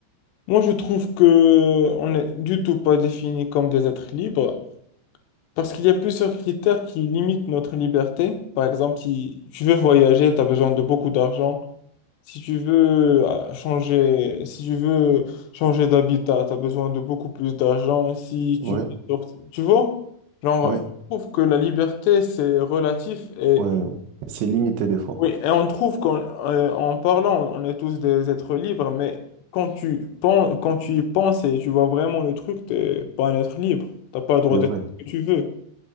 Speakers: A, on the left (about 75°); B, on the right (about 75°).
A: Moi, je trouve que on n'est du tout pas défini comme des êtres libres parce qu'il y a plusieurs critères qui limitent notre liberté. Par exemple, si tu veux voyager, tu as besoin de beaucoup d'argent. Si tu veux euh, changer, si tu veux changer d'habitat, tu as besoin de beaucoup plus d'argent. Si
B: Oui,
A: tu, veux, sortir- tu vois, genre,
B: oui.
A: je trouve que la liberté, c'est relatif et
B: Ouais, c'est limité des fois.
A: oui, et on trouve qu'en euh, en parlant, on est tous des êtres libres, mais quand tu penses, quand tu y penses et tu vois vraiment le truc, t'es pas un être libre. T'as pas le droit
B: C'est
A: de
B: vrai.
A: faire ce que tu veux.